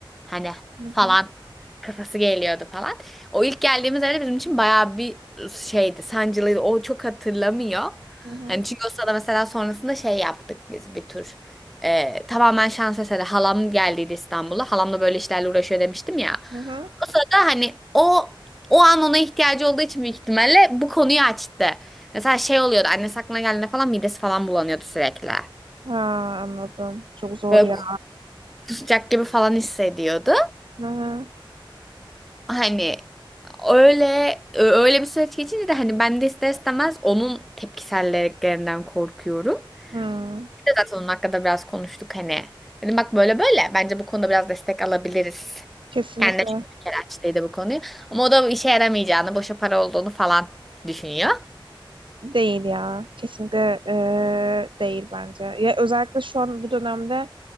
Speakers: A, in the centre; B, on the right.
A: Hani
B: Hı hı,
A: falan kafası geliyordu falan. O ilk geldiğimiz evde bizim için bayağı bir şeydi, sancılıydı. O çok hatırlamıyor.
B: hı hı,
A: Hani çünkü o sırada mesela sonrasında şey yaptık biz bir tur. Ee, tamamen şans eseri halam geldiydi İstanbul'a. Halam da böyle işlerle uğraşıyor demiştim ya.
B: hı hı.
A: O sırada hani o o an ona ihtiyacı olduğu için büyük ihtimalle bu konuyu açtı. Mesela şey oluyordu annesi aklına geldiğinde falan midesi falan bulanıyordu sürekli.
B: Ha, anladım. Çok zor
A: Böyle
B: ya.
A: kusacak gibi falan hissediyordu.
B: Hı hı.
A: Hani öyle ö- öyle bir süreç geçince de hani ben de ister istemez onun tepkiselliklerinden korkuyorum.
B: hı.
A: Bir de zaten onun hakkında biraz konuştuk hani. Dedim bak böyle böyle bence bu konuda biraz destek alabiliriz.
B: Kesinlikle
A: Kendine çünkü bir kere açtıydı bu konuyu. Ama o da işe yaramayacağını, boşa para olduğunu falan düşünüyor.
B: değil ya. Kesinlikle e, değil bence. Ya özellikle şu an bu dönemde